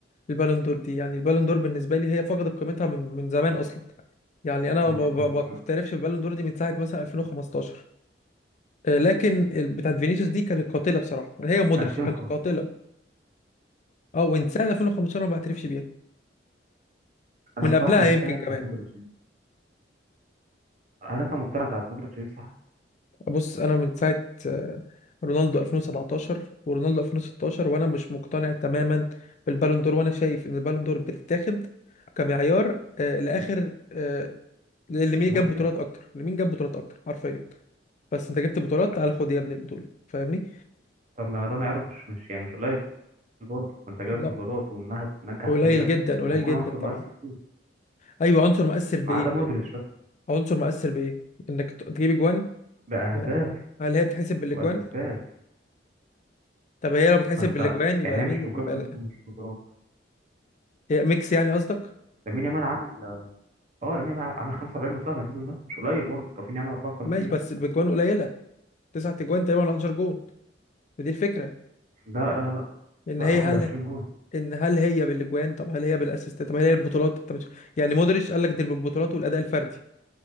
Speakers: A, on the left; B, on the right.
A: البالون دور دي يعني البالون دور بالنسبه لي هي فقدت قيمتها من من زمان اصلا يعني انا
B: من
A: ما ما-
B: من-
A: ما بعترفش
B: من
A: بالبالون دور دي من ساعه مثلا 2015 آه، لكن ال- بتاعت فينيسيوس دي كانت قاتله بصراحه هي مودريتش
B: 2015
A: كانت قاتله اه ومن ساعه 2015 انا ما بعترفش بيها
B: انا
A: من
B: بصراحه
A: قبلها
B: مش
A: يمكن
B: فاهم
A: كمان
B: بتاعت مودريتش دي هل انت مقتنع بتاعت مودريتش دي صح
A: بص انا من ساعه آه، رونالدو 2017 ورونالدو 2016 وانا مش مقتنع تماما بالبالون دور وانا شايف ان البالون دور بتتاخد كمعيار آه، لاخر آه، لمين
B: موسم
A: جاب بطولات اكتر لمين جاب بطولات اكتر حرفيا بس انت جبت بطولات تعالى خد يا ابني البطوله فاهمني
B: طب ما ده معيار مش مش يعني مش قليل برضه انت جايب
A: لا
B: بطولات ومنجح
A: قليل
B: فريقك
A: جدا قليل
B: وبتكون
A: جدا
B: عنصر
A: طبعا
B: مؤثر فيه
A: ايوه عنصر مؤثر بايه
B: ما عدا
A: بقى؟
B: مودريتش بقى
A: عنصر مؤثر بايه انك ت- تجيب اجوان
B: باهداف
A: لا. هل هي بتحسب بالاجوان
B: واسيستات
A: طب هي لو بتحسب
B: ما انت
A: بالاجوان يبقى
B: يعني
A: لمين
B: هي مش بجم
A: يبقى ل-
B: مش بطولات
A: هي ميكس يعني قصدك
B: لامين يامال عمل اه لامين يامال عمل 45 مساهمة السيزون ده مش قليل برضه كافيني عمل 54
A: ماشي بس بجوان قليله تسعة اجوان تقريبا ولا 11 جون ما دي الفكره
B: لا لا لا
A: ان
B: لا
A: هي
B: 21
A: هل
B: جون
A: ان هل هي بالاجوان طب هل هي بالاسيستات طب هل هي البطولات طب مش... يعني مودريتش قال لك دي بالبطولات والاداء الفردي